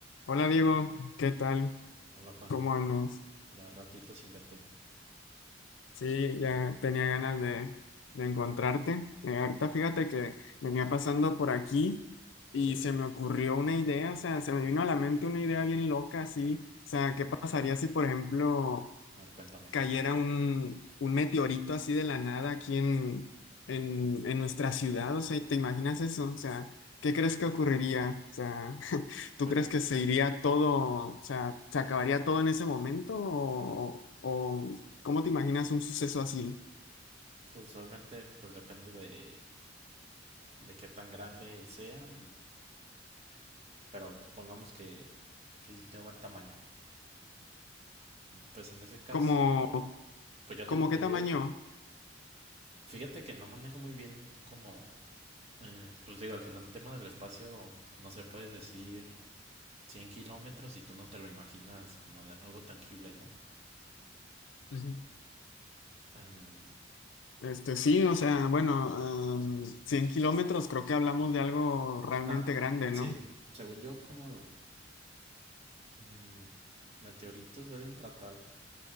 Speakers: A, on the left; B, on the right.
A: Hola Diego, ¿qué tal?
B: Hola Juan,
A: ¿Cómo andas?
B: ya ratito sin verte,
A: Sí, ya tenía ganas de, de encontrarte. Eh, ahorita fíjate que venía pasando por aquí y
B: ¿sí?
A: se me ocurrió una idea, o sea, se me vino a la mente una idea bien loca, así, o sea, ¿qué pasaría si, por ejemplo,
B: A ver, cuéntame.
A: cayera un, un meteorito así de la nada aquí en, en, en nuestra ciudad, o sea, ¿te imaginas eso? O sea, ¿qué crees que ocurriría? O sea, <laughs> ¿tú
B: Pues,
A: crees
B: de-
A: que se iría todo, o sea, se acabaría todo en ese momento? ¿O, o cómo te imaginas un suceso así?
B: pues obviamente pues depende de, de qué tan grande sea, y, pero supongamos que, que sí tengo buen tamaño. Pues en ese caso,
A: ¿Como,
B: pues yo
A: como
B: tengo entendido,
A: qué tamaño?
B: fíjate que no manejo muy bien como, eh, pues digo, al final el tema del espacio, no se puedes decir 100 kilómetros y tú no te lo imaginas como de algo tangible, ¿no?
A: Ujú.
B: Em,
A: Este, sí, o sea, bueno, em, 100 kilómetros, creo que hablamos de algo realmente
B: no,
A: grande,
B: sí,
A: ¿no?
B: según yo como Mm, meteoritos suelen tratar,